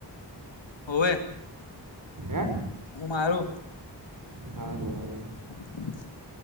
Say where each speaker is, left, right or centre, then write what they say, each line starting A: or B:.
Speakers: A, on the left (about 85°); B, on the right (about 45°).
A: હોવે.
B: હે
A: હું મારું.
B: સારું હારું.
A: હ <inaudible>